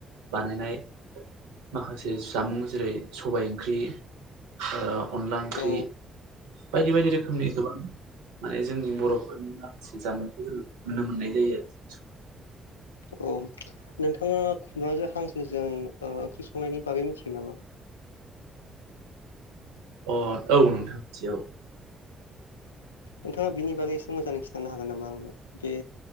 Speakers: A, on the right; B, on the left.
A: बानायनाय माखासे जामुं जेरै- सबाय ओंख्रि ओ अनला ओंख्रि
B: औ
A: बायदि - बायदि रोखोमनि गोबां माने जोंनि बर'फोरनि माखासे जामुंखौ जों नुनो मोननाय जायो आरो जोंनि समाजाव
B: औ नोंथाङा खुब्राजों हांसोजों ओ ओंख्रि संनायनि बागै मिथिगोन नामा?
A: अ'औ नोंथां मिथियो औ
B: नोंथाङा बिनि बागै एसे मोजाङै खिन्थानो हागोन नामा आंनो बे